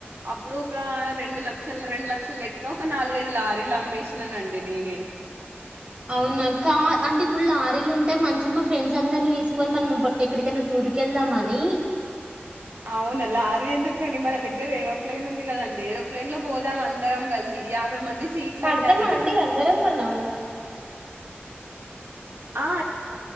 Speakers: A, on the right; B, on the right.
A: అప్పుడు ఒక రెండు లక్షలు రెండు లక్షలు లెక్క ఒక నాలుగైదు లారీలు అమ్మేసినానండి నేనే
B: అవునా కా అంటే ఇప్పుడు లారీలు ఉంటే మంచిగా మా ఫ్రెండ్స్ అందరినీ తీసుకొని మనం ఎక్కడికైనా టూర్కి వెళ్దామని
A: అవునలా ఆరేందుకుండి మన దగ్గర ఏరోప్లేన్ ఉంది కదండి ఏరోప్లెయిన్ లో పోదాం అందరం కలిసి యాభై మంది సీట్లండి
B: పడతామా
A: అది
B: అండి అందరం మనం
A: ఆ